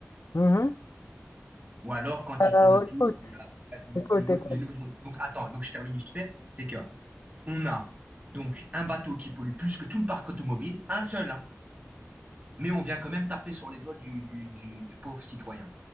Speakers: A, on the left; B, on the right.
A: mhm.
B: Ou alors, quand
A: Euh,
B: ils font le tour,
A: écoute,
B: il y a
A: écoute,
B: les, vou-
A: écoute.
B: les nouvelles routes. Donc, attends, donc je termine vite fait. C'est que on a donc un bateau qui pollue plus que tout le parc automobile, un seul, hein, mais on vient quand même taper sur les doigts du, du, du- du pauvre citoyen.